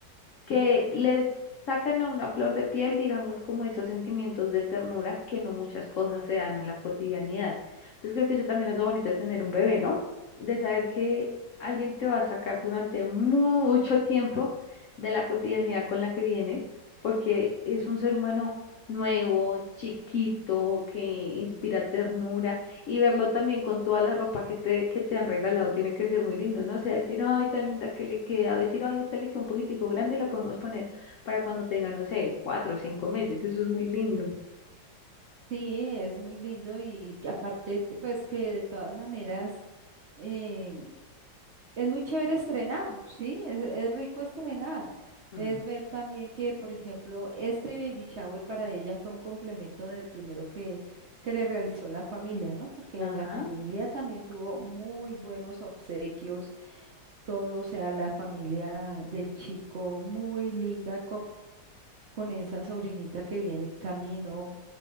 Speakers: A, on the left; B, on the right.
A: que les sacan a una flor de piel, digamos, como esos sentimientos de ternura que no muchas cosas se dan en la cotidianidad. Entonces creo que eso también es lo bonito de tener un bebé, ¿no? De saber que alguien te va a sacar durante mucho tiempo de la cotidianidad con la que vienes, porque es un ser humano nuevo, chiquito, que inspira ternura y verlo también con toda la ropa que te, que te han regalado tiene que ser muy lindo, ¿no? O sea, decir, ay, tan linda que le queda, o decir, ay, esta le queda un poquitico grande, la podemos poner para cuando tenga, no sé, cuatro o cinco meses, eso es muy lindo.
B: Sí, es muy lindo y que aparte, que, pues que de todas maneras em, es muy chévere estrenar, ¿sí? Es, es rico estrenar.
A: Mm,
B: Es ver también que, por ejemplo, este baby shower para ella fue un complemento del primero que, que le realizó la familia, ¿no? Porque
A: Ajá.
B: en la familia también tuvo muy buenos obsequios, todo, o sea, la familia del chico, muy linda con esa sobrinita que viene en camino,